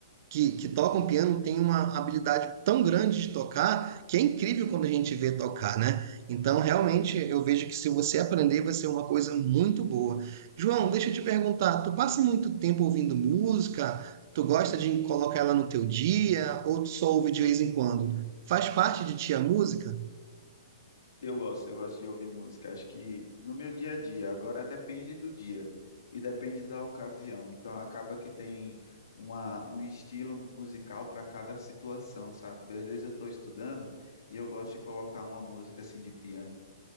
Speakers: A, on the right; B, on the left.
A: que, que tocam piano têm uma habilidade tão grande de tocar que é incrível quando a gente vê tocar, né? Então, realmente, eu vejo que se você aprender, vai ser uma coisa muito boa. João, deixa eu te perguntar, tu passa muito tempo ouvindo música? Tu gosta de colocar ela no teu dia? Ou tu só ouve de vez em quando? Faz parte de ti a música?
B: Eu gosto, eu gosto de ouvir música. Acho que no meu dia a dia, agora depende do dia e depende da ocasião. Então acaba que tem uma, um estilo musical para cada situação, sabe? Às vezes eu estou estudando e eu gosto de colocar uma música assim de piano